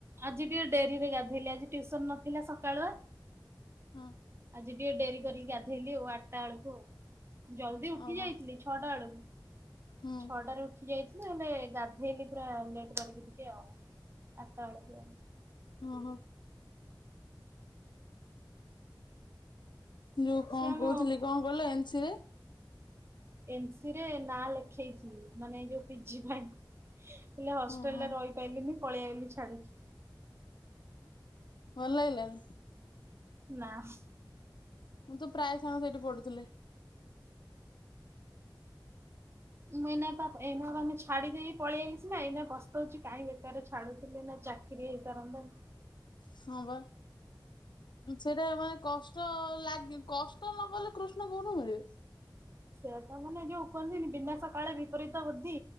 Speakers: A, on the right; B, on the left.
A: ଆଜି ଟିକେ ଡେରିରେ ଗାଧେଇଲି ଆଜି ଟିଉସନ ନଥିଲା ସକାଳୁଆ।
B: ହଁ
A: ଟିକେ ଡେରି କରିକି ଗାଧେଇଲି ଆଉ ଆଠଟା ବେଳକୁ ଆଉ ଜଲଦି ଉଠି
B: ଓହୋ
A: ଯାଇଥିଲି ଛଅଟା ବେଳକୁ।
B: ହୁଁ
A: ଛଅଟାରେ ଉଠି ଯାଇଥିଲି ହେଲେ ଗାଧେଇଲି ପୁରା ଲେଟ କରିକି ଟିକେ ଆଉ। ଆଠଟା ବେଳକୁ
B: ହୁଁ। ଯୋଉ କଣ
A: ସେ ଆମ
B: କହୁଥିଲି କଣ କହିଲ ଏନ ସି ରେ?
A: ଏନ୍ସିରେ ନାଁ ଲେଖେଇଛି ମାନେ ଏ ଯୋଉ ପିଜି ପାଇଁ ହେଲେ ହଷ୍ଟେଲରେ
B: ଓହୋ
A: ରହିପାଇଲିନି ପଳେଇ ଆଇଲି ଛାଡିକି।
B: ଭଲ ଲାଗିଲାନି।
A: ନାଁ।
B: ମୋର ତ ପ୍ରାୟ ସାଙ୍ଗ ସେଇଠି ପଢୁଥିଲେ।
A: ମୁଁ ଏଇନା ପା ଏଇନା ମାନେ ଛାଡି ଦେଇକି ପଳେଇ ଆଇଲିି ସିନା ଏଇନା ପସ୍ତ କହୁଛି କାଇଁ ବେକାର ଛାଡୁଥିଲି ଏଇନା ଚାକିରିୀ ହେଇସାରନ୍ତାଣି?
B: ହଁ ବା। ସେଟା ମାନେ କଷ୍ଟ ଲାଗେ କଷ୍ଟ ନ କଲେ କୃଷ୍ଣ କୋଉଠୁ ମିଳିବେ?
A: ସେଇଆତ ମାନେ ଯୋଉ କୁହନ୍ତିନି ବିନାଶ କାଳେ ବିପରୀତ ବୁଦ୍ଧି